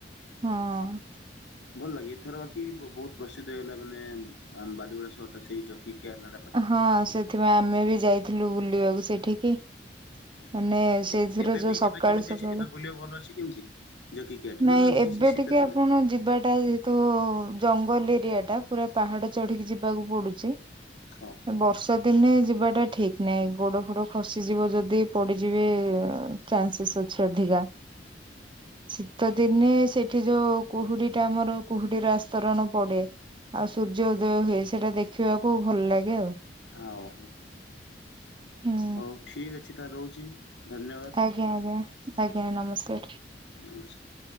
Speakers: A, on the right; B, on the left.
A: ହଁ।
B: ଭଲ ଲାଗେ, ଏଥର ବାକି ବହୁତ ପ୍ରସିଦ୍ଧ ହେଇଗଲା ମାନେ ବାଲିଗୁଡା ସହର ଟା ସେଇ ଜକିକିଆ ନାଡ଼ା
A: ହଁ ସେଥିପାଇଁ ଆମେ ବି ଯାଇଥିଲୁ ବୁଲିବାକୁ ସେଠିକି। ମାନେ ସେଥିରୁ
B: ଏ ଏବେ
A: ଯୋଉ
B: ବି
A: ସକାଳୁ
B: ଏବେ କେମିତି
A: ସକାଳୁ
B: ଅଛି ଏବେ ବୁଲିବାକୁ ଭଲ ଅଛି କେମିତି? ଜକି କିଆଟ
A: ନାଇଁ
B: ନା ସେଟା
A: ଏବେ
B: ସେ ଶୀତ
A: ଟିକେ
B: ସମୟ
A: ଆପଣ ଯିବାଟାଇ ତୋ ଜଙ୍ଗଲ ଏରିଆ ଟା ପୁରା ପାହାଡ଼ ଚଢ଼ିକି ଯିବାକୁ ପଡୁଛି।
B: ଓହୋ
A: ଏ ବର୍ଷ ତ ଦିନେ ଯିବାଟା ଠିକ ନାହିଁ, ଗୋଡ ଫୋଡ ଖସିଯିବ ଯଦି ପଡିଯିବେ। ଚାନ୍ସେସ୍ ଅଛି ଅଧିକା, ଶୀତ ଦିନେ ସେଠି ଯୋଉ କୁହୁଡି ଟା ଆମର କୁହୁଡିର ଆସ୍ତରଣ ପଡେ, ଆଉ ସୂର୍ଯ୍ୟ ଉଦୟ ହୁଏ ସେଇଟା ଦେଖିବାକୁ ଭଲ ଲାଗେ ଆଉ।
B: ହାଉ
A: ହୁଁ।
B: ହଉ ଠିକ ଅଛି ତାହେଲେ ରହୁଛି। ଧନ୍ୟବାଦ
A: ଆଜ୍ଞା ଆଜ୍ଞା, ଆଜ୍ଞା ନମସ୍କାର।
B: ନମସ୍କାର।